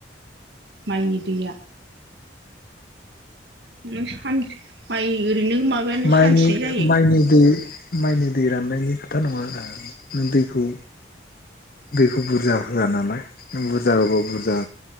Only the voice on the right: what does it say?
माइनि दैया। नों सान माइ ओरैनो माबायानो
सानसेनो
जायो